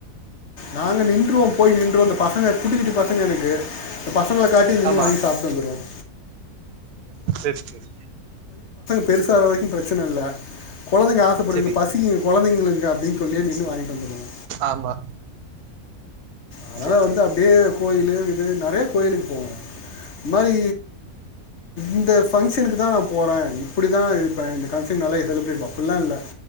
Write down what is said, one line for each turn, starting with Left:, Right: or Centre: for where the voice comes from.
Left: நாங்க நின்றுவோ போய் நின்றுவோ இந்த பசங்க குட்டி குட்டி பசங்க எனக்கு பசங்களை காட்டி நின்று
Right: ஆமா
Left: வாங்கி சாப்பிட்டு வந்துடுவோம்
Right: சேரி சேரி
Left: பெருசு ஆவுர வரைக்கு பிரச்சன இல்ல கொழந்தைங்க ஆசப்படுதுங்க
Right: சரி
Left: பசிக்குங்க கொழந்தைங்களுக்கு அப்டின்னு சொல்லியே நின்னு வாங்கிட்டு வந்துருவே
Right: ஆமா
Left: அதனால
Right: சரி
Left: வந்து
Right: சரிம்மா
Left: அப்டியே கோயில் லயே இருக்குது நெறைய கோயிலுக்கு போவோ இந்த மாரி இந்த ஃபங்க்ஷனுக்கு தா நா போறே இப்டிதா இருப்பே இந்த ஃபங்க்ஷன் நல்லா எ செலப்ரெட் பா அப்டில்லா இல்ல